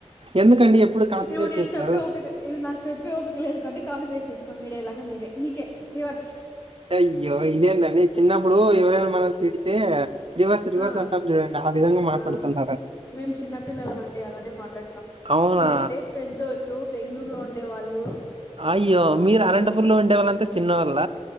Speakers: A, on the right; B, on the left.
A: ఎందుకండి ఎప్పుడు కాపీ
B: ఇప్పుడు
A: పేస్ట్
B: నేను
A: చేస్తారు
B: చెప్పే ఓపిక ఇవి నాకు చెప్పే ఊపిక లేదు కాట్టి కాపీ పేస్ట్ చేసుకోని మీడేలాగా మీరే మీకే రివర్స్
A: అయ్యో ఇదేందండి చిన్నప్పుడు ఎవరైనా మనం తిడితే రివర్స్ రివర్స్
B: ఆ
A: అంటాం చూడండి ఆ విధంగా మాట్లాడుతున్నరు
B: ఆ మేము చిన్నపిల్లలమండి అలానే మాట్లాడతాం
A: అవునా
B: మీరంటే పెద్దోళ్ళు ళ్ళు బెంగళూర్లో ఉండేవాళ్ళు
A: అయ్యో మీరు అనంతపూర్లో ఉండే వాళ్ళంతా చిన్నోళ్ళ